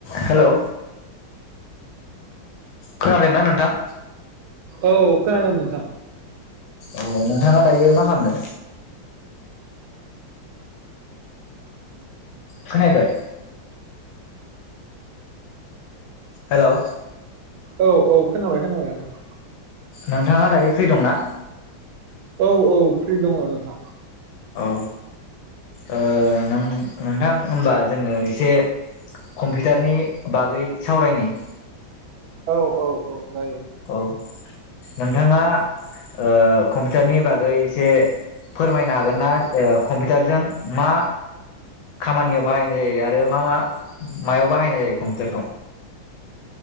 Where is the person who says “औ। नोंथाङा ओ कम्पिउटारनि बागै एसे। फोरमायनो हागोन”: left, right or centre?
Left